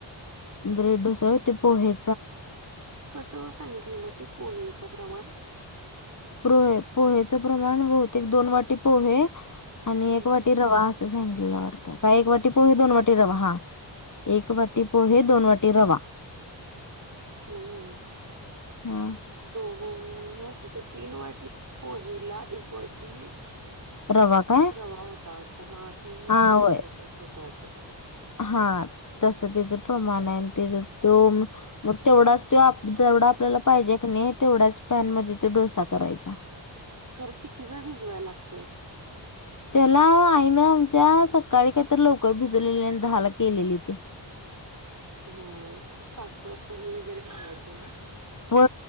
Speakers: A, on the left (about 40°); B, on the right (about 40°).
A: ब्रेड डोसा ते पोहे
B: कस सांगितलेलं ते पोहेच च प्रमाण
A: पोहे पोहेच प्रमाण बहतेक दोन वाटी पोहे आणि
B: हं,
A: एक वाटी रवा अस सांगितलेल वाटत का एक वाटी पोहे दोन वाटी रवा हा एक वाटी पोहे दोन वाटी रवा
B: नाही हो
A: हा.
B: दो ह टक तीन वाटीत पोहेला एक वाटी
A: रवा काय
B: रवा होता वाटत हा तीन
A: हा
B: वाटीला
A: होय
B: एक वाटी असं होत वाटतं
A: हा तस त्याच प्रमाण आहे आणि त्याच तो मग तेवढाच जेवढा आपल्याला पाहिजे की नाही तेवढ्याच पॅन मध्ये तो डोसा करायचा
B: खरं किती वेळ भिजवायला लागतंय
A: त्याला आईनं आमच्या सकाळी काहीतरी लवकर भिजवलेली दहाला केलेली ते
B: हा त्याच्यात साखर दही वगैरे घालायचं ना
A: हो